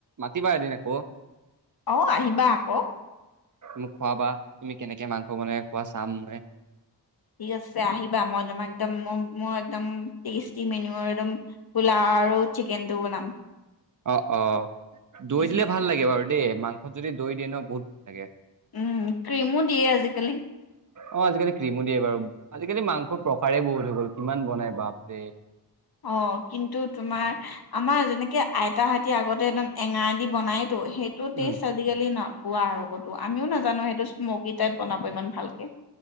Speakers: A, on the right (about 45°); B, on the left (about 60°).
A: মাতিবা এদিন আকৌ
B: অ আহিবা আকৌ
A: মোক খোৱাবা তুমি কেনেকে মাংস বনাই খোৱা চাম মই
B: ঠিক আছে আহিবা মই তোমাক একদম মোৰ একদম টেষ্টি মেনুঅৰ পোলাঅ আৰু চিকেনটো বনাম
A: অ অ
B: ঠিক
A: দৈ
B: আছে
A: দিলে ভাল লাগে বাৰু দেই মাংস যদি দৈ দিয়ে ন বহুত ভাল লাগে।
B: উম ক্ৰীমো দিয়ে আজিকালি
A: অ' আজিকালি ক্ৰীমো দিয়ে বাৰু। আজিকালি মাংস প্ৰকাৰে বহুত হৈ গ'ল। কিমান বনাই বাপৰে।
B: অ' কিন্তু তোমাৰ আমাৰ যেনেকে আইতাহতি আগতে একদম এঙাৰ দি বনায়। সেইটো টেষ্ট
A: উম
B: আজিকালি নাপোৱা আৰু ক'তো আমিও নাজানো সেইটো স্মক কি টাইপ বনাব ইমান ভালকে।